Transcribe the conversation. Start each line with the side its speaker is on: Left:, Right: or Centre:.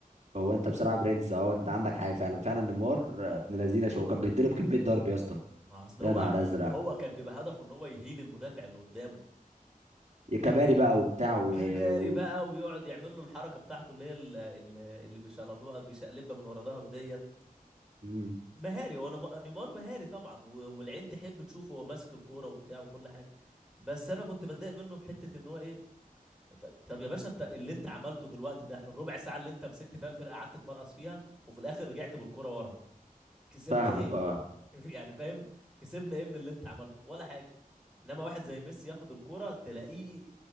Right: هو انت بصراحه برنس اهو انت عندك حاجه فعلا فعلا نيمار آه، ابن لذينه شو كان بيتضرب كميه ضرب يا اسطى
Centre: ما اصل
Right: يا
Centre: هو
Right: نهار ازرق
Centre: هو كان بيبقى هدفه ان هو يهين المدافع اللي قدامه
Right: كباري بقى وبتاع و...
Centre: كباري
Right: و...
Centre: بقى ويقعد يعمل له الحركه بتاعته اللي هي ال- ال- اللي بيشقلبها بيشقلبها من ورا ظهره ديت
Right: مم.
Centre: مهاري وانا م- نيمار مهاري طبعا و- والعين تحب تشوفه وهو ماسك الكوره وبتاع وكل حاجه بس انا كنت بتضايق منه في حته ان هو ايه ط- طب يا باشا انت اللي انت عملته دلوقتي ده الربع ساعه اللي انت مسكت فيها الفرقه قعدت تمرقص فيها وفي الاخر رجعت بالكوره ورا كسبنا
Right: فاهمك
Centre: ايه
Right: اه
Centre: <laughs> يعني فاهم كسبنا ايه من اللي انت عملته ولا حاجه انما واحد زي ميسي ياخد الكوره تلاقيه